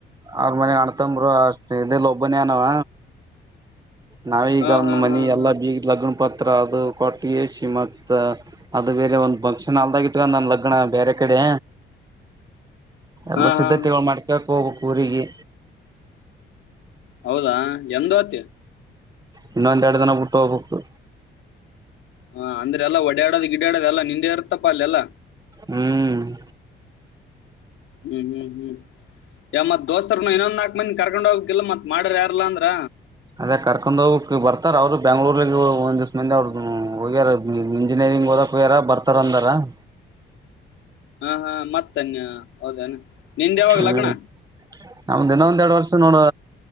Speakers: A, on the right (about 20°); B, on the left (about 80°).
A: ಅವ್ರ ಮನ ಅಣತಂಬರು ಅಷ್ಟ್ ಇ ಒಬ್ಬನೇ ಅನವ ನಾವ ಈಗ
B: ಹಾ
A: ಒಂದ್
B: ಹಾ
A: ಮನಿ
B: ಹಾ
A: ಎಲ್ಲ
B: ಹಾ
A: ಬೀಗ ಲಗ್ಣ ಪತ್ ಹತ್ರ ಅದು ಕೊಟ್ಟ ಎಸಿ ಮತ್ತ ಅದು ಬೇರೆ ಒಂದ್ ಬಂಕ್ಷನ್ ಅಲ್ದ ಇಟ್ಕ ನನ್ ಲಗ್ನ ಬೇರೆ ಕಡೆ ಎಲ್ಲ
B: ಹಾ ಹಾ
A: ಸಿದ್ಧತೆಗಳು
B: ಹಾ
A: ಮಾಡ್ಕಕ್ ಹೋಗ ಪರಿಗೆ
B: ಹೌದಾ ಎಂದ ಹೋತಿ
A: ಇನ್ನೂ ಒಂದು ಎರಡು ದಿನ ಬಿಟ್ಟು ಹೋಗಬೇಕು
B: ಹ ಅಂದ್ರೆ ಎಲ್ಲಾ ಒಡ್ ಅಡ್ಡಾಡಲು ಗಿಡ್ಡದು ಎಲ್ಲ ನಿಂದೆ ಇರುತ್ತೆ ಅಲ್ಲೆಲ್ಲ
A: ಹ್ಮ್
B: ಹ್ಮ್ ಹ್ಮ್ ಹ್ಮ್ ಯ ಮತ್ ದೋಸ್ತರ್ನು ಇನ್ನೊಂದ ನಾಕ್ ಮಂದಿ ಕರ್ಕೊಂಡ್ ಹೋಗ್ಕಿಲ್ಲ ಮತ್ ಮಾಡರ್ ಯಾರಲ್ಲಾ ಅಂದ್ರ
A: ಅದೇ ಕರ್ಕೊಂಡ್ ಹೋಗ್ಬೇಕು ಬರ್ತಾರಾ ಅವರು ಬೆಂಗಳೂರು ಮಂದಿ ಒಂದಿಷ್ಟು ಅವರ ಬೆಂಗಳೂರು ಇಂಜಿನಿಯರಿಂಗ್ ಓದಕ್ಕೆ ಹೋಗಬೇಡ ಬರ್ತಾರೆ
B: ಹಾ ಹಾ ಮತ್ತನ್ಯ ಹೌದನ ನಿಂದ ಯಾವಾಗ
A: ಹ್ಮ್
B: ಲಗ್ನ
A: ನಮ್ದ ದಿನ ಒಂದ್ ಎರಡ್ ವರ್ಷ ನೋಡು